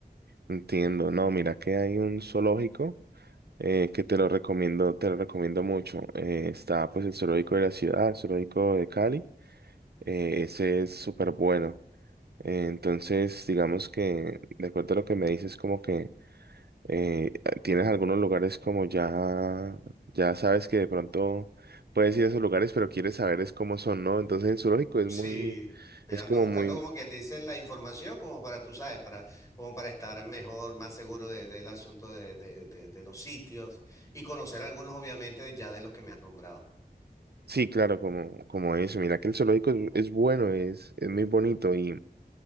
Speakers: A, on the right (about 70°); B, on the left (about 20°).
A: Entiendo, no, mira que hay un zoológico eh, que te lo recomiendo, te lo recomiendo mucho. Eh, está pues el zoológico de la ciudad, el zoológico de Cali. Eh, ese es súper bueno. Eh, Entonces, digamos que, de acuerdo a lo que me dices, como que eh, tienes algunos lugares como ya, ya sabes que de pronto puedes ir a esos lugares, pero quieres saber es cómo son, ¿no? Entonces el zoológico es
B: Sí,
A: muy,
B: yo
A: es
B: ando
A: como
B: buscando
A: muy,
B: como quien dice la información como para, tú sabes, para, como para estar mejor, más seguro de- del asunto de, de- de- de los sitios y conocer algunos obviamente de- ya de los que me has nombrado.
A: sí, claro, como, como eso. Mira que el zoológico es, es bueno, es, es muy bonito y